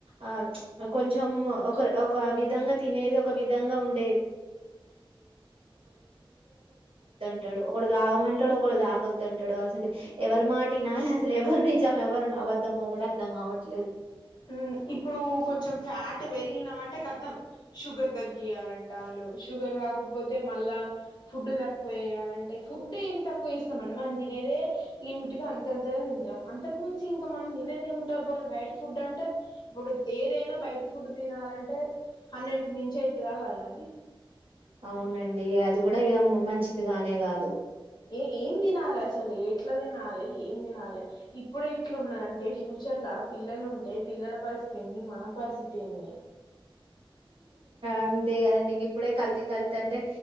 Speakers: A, on the right; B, on the left.
A: ఆ కొంచం ఒక విధంగా తినేది ఒక విధంగా ఉన్ టాడు ఒకడు తాగమంటాడు ఒకడు తాగొద్దంటాడు అసలు ఎవరి మాట ఇనాలి అసలు ఎవరి నిజం ఎవరు అబద్దమో కూడా అర్థం కావట్లేదు
B: ఉమ్ ఇప్పుడు కొంచెం ఫ్యాట్ ట్ పెరిగినం అంటే ఖతం షుగర్ తగ్గియ్యాలంట లు షుగర్ కాకపోతే మళ్ళ ఫుడ్ తక్కువెయ్యాలంటే ఫుడ్ ఏం తక్కువ చేసినామండి మనం తినేదే లిమిట్ గా అంతంత తింటాం అంతకు మించి ఇంక మనం తినేదేముంట పోని బయట ఫుడ్ అంటే ఇప్పుడు ఏదైనా బయట ఫుడ్ తినాలంటే హండ్రెడ్ కి మించి ఐతదా కాదా అండి
A: అవునండి ఇ అది కూడా ఇగ మంచిది కా నే కాదు
B: ఏ ఏం తినాలి అసలు ఎట్లా తినాలి ఏం తినాలి ఇప్పుడే ఇట్లా ఉన్నదంటే ఫ్యూచర్లా పిల్లలు ఉంటే పిల్లల పరిస్థితి ఏంది మన పరిస్థితి ఏంది
A: అంతే కదండి ఇప్పుడే కల్తీ కల్తంటే